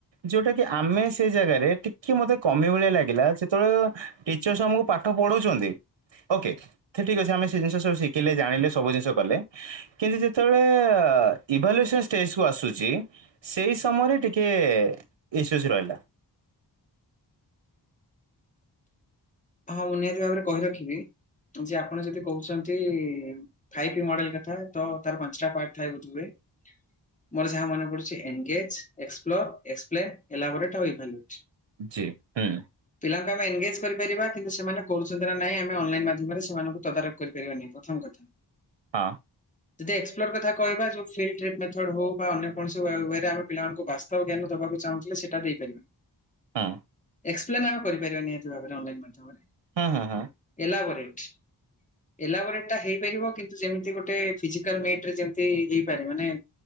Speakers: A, on the right; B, on the left.
A: ଯୋଉଟା କି ଆମେ ସେ ଜାଗାରେ ଟିକେ ମତେ କମି ଭଳିଆ ଲାଗିଲା ଯେତେବେଳେ ଟିଚର୍ସ ଆମକୁ ପାଠ ପଢଉଛନ୍ତି ଓକେ ତେ ଠିକ ଅଛି ଆମେ ସେ ଜିନିଷ ସେ ସ୍ ଶିଖିଲେ ଜାଣିଲେ ସବୁ ଜିନିଷ କଲେ। କିନ୍ତୁ ଯେତେବେଳେ ଇଭାଲୁସନ ଷ୍ଟେସ୍ କୁ ଆସୁଚି ସେଇ ସମୟରେ ଟିକେ ଇସୂସ୍ ରହିଲା।
B: ହଁ ମୁଁ ନିହାତି ଭାବରେ କହି ରଖିବି ଯେ ଆପଣ ଯଦି କହୁଛନ୍ତି? ଫାଇପି ଇ ମଡେଲ କଥା ତ ତାର ପାଞ୍ଚଟା ପାଟ୍ ଥାଏ ବଧହୂଏ। ମୋର ଯାହା ମନେ ପଡୁଛି ଏନଙ୍ଗେଜ୍ ଏକ୍ସପ୍ଲୋର ଏକ୍ସପ୍ଲେନ୍ ଏଲାବୋରେଟ୍ ଆଉ ଏଭାଲୁଏସନ।
A: ଜି ହୁଁ।
B: ପିଲାଙ୍କୁ ଆମେ ଏନ୍ଗେଜ କରିପାରିବା। କିନ୍ତୁ ସେମାନେ କରୁଛନ୍ତି ନା ନାଇଁ ଆମେ ଅନଲାଇନ ମାଧ୍ୟମରେ ସେମାନଙ୍କୁ ତଦାରଖ କରିପାରିବା ନାଇଁ ପ୍ରଥମ କଥା।
A: ହଁ।
B: ଯଦି ଏକ୍ସପ୍ଲୋର କଥା କହିବା ଫିଲ୍ଡ୍ରପ୍ ମେଥଡ ହଉ ବା ଅନ୍ୟ କୌଣସି ୱେ ୱେରେ ଆମେ ପିଲମାନଙ୍କୁ ବାସ୍ ଜ୍ଞାନ ଦବାକୁ ଚାହୁଁଥିଲେ ସେଟା ଦେଇପାରିବେ।
A: ହଁ।
B: ଏକ୍ସପ୍ଲେନ୍ ଆମେ କରିପାରିବା ନିିହାତି ଭାବରେ ଅନଲାଇନ୍ ମାଧ୍ୟମରେ।
A: ହୁଁ ହୁଁ ହୁଁ।
B: ଏଲା ବରେଟ୍। ଏଲା ବରେଟ୍ ଟା ହେଇପାରିବ କିନ୍ତୁ ଯେମିତି ଗୋଟେ ଫିଜିକାଲ୍ ମେଟରେ ଯେମତି ହେଇପାରେ ମାନେ